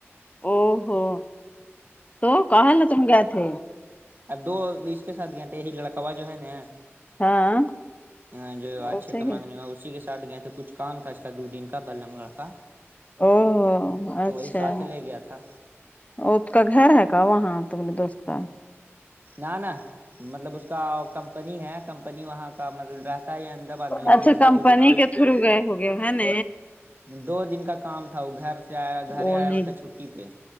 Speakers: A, on the left; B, on the right.
A: او ہو تو کہ ن تم گے تھے
B: ا دو اس کے ساتھ گئے تھ یہ لڑکاوا جو ہے نا
A: ہاں
B: ہاں جو اچھے
A: اسے
B: کا مانگنی ہوا اسی کے ساتھ گئے تھ کچھ کام تھا آج کل دو دن کا بلم گڑھ کا
A: او
B: تو
A: اچھا
B: وہی ساتھ لے گیا تھا
A: اس کا گھر ہے کا وہاں تم نے دوست کا
B: نہ نہ مطلب اس کا کمپنی ہے کمپنی وہاں کا مطلب رہتا ہی احمد آباد میں لیکن
A: اچھا
B: اس کا
A: کمپنی
B: کچھ کام
A: کے
B: تھا
A: تو شرو گئے ہو گئے ہے ن
B: دو دن کا کام تھا وہ گھر سے آیا گھر
A: بول
B: آیا
A: نہیں
B: ہوتا چھٹی پہ